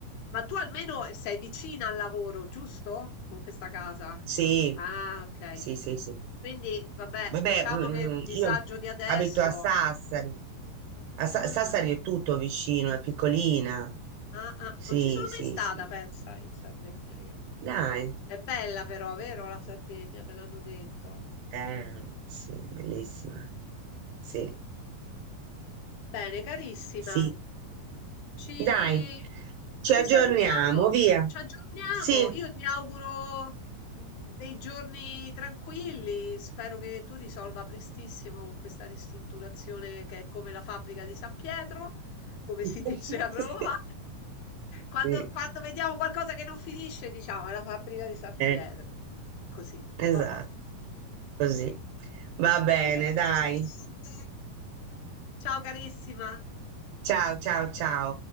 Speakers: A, on the left; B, on the right.
A: Ma tu almeno sei vicina al lavoro, giusto? Con questa casa?
B: Sì,
A: Ah, okay.
B: sì, sì, sì.
A: Quindi vabbè,
B: Vabbè,
A: diciamo
B: mm,
A: che disagio
B: io
A: di adesso
B: abito a Sassari. A Sa-
A: ah,
B: Sassari è tutto vicino, è piccolina.
A: ah, ah,
B: Sì,
A: non ci sono
B: sì,
A: mai stata
B: sì.
A: pensa in Sardegna io.
B: Dai.
A: È bella però, vero la Sardegna, me l'hanno detto.
B: Eh, sì, è bellissima. Sì,
A: Bene, carissima,
B: sì.
A: ci,
B: Dai, ci
A: ci
B: aggiorniamo,
A: salutiamo,
B: via.
A: ci aggiorniamo.
B: Sì.
A: Io ti auguro mm, dei giorni tranquilli. Spero che tu risolva prestissimo questa ristrutturazione che è come la fabbrica di San Pietro, come
B: <laughs>
A: si <laughs> dice a Roma. Quando,
B: Sì,
A: quando vediamo qualcosa che non finisce, diciamo, è la fabbrica di San
B: eh,
A: Pietro. Così,
B: esatto.
A: vabbè.
B: Così. Va bene,
A: Un abbraccio
B: dai.
A: grande. Ciao carissima!
B: Ciao, ciao, ciao.